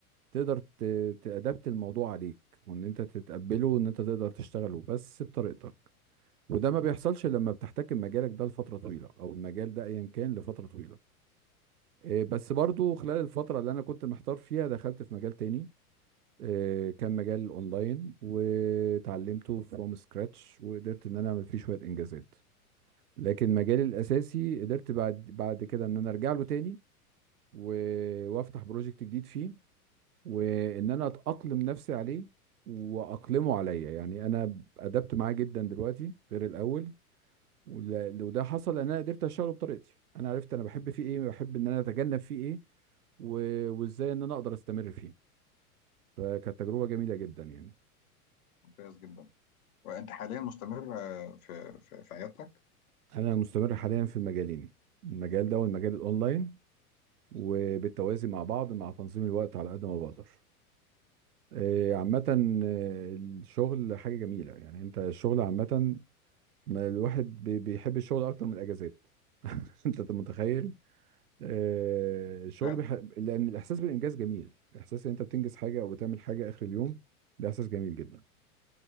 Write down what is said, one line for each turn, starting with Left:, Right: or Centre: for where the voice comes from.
Right: تقدر ت- تأدبت الموضوع عليك وان انت تتقبله وان انت تقدر تشتغله بس بطريقتك وده ما بيحصلش لما بتحتكم مجالك ده لفترة طويلة او المجال ده ايا كان لفترة طويلة إيه، بس برضو خلال الفترة اللي انا كنت محتار فيها دخلت في مجال تاني إيه، كان مجال اونلاين وتعلمته فروم سكراتش وقدرت ان انا اعمل فيه شوية انجازات لكن مجالي الاساسي قدرت بعد بعد كده ان انا ارجع له تاني و- وافتح بروجكت جديد فيه وان انا اتاقلم نفسي عليه واقلمه عليا يعني انا ادبت معاه جدا دلوقتي غير الاول ول- وده حصل لان انا قدرت اشتغله بطريقتي انا عرفت انا بحب فيه ايه بحب ان انا اتجنب فيه ايه و- وازاي ان انا اقدر استمر فيه فكانت تجربه جميله جدا يعني
Left: ممتاز جدا وانت حاليا مستمر آه، في في, في عيادتك
Right: انا مستمر حاليا في المجالين المجال ده والمجال الاونلاين وبالتوازي مع بعض مع تنظيم الوقت على قد ما بقدر آه، عامة آه، الشغل حاجة جميلة يعني انت الشغل عامة ما الواحد بي- بيحب الشغل اكتر من الاجازات <laughs> انت متخيل آه، الشغل
Left: فعلا
Right: بيح... لان الاحساس بالانجاز جميل الاحساس ان انت بتنجز حاجه او بتعمل حاجه اخر اليوم ده احساس جميل جدا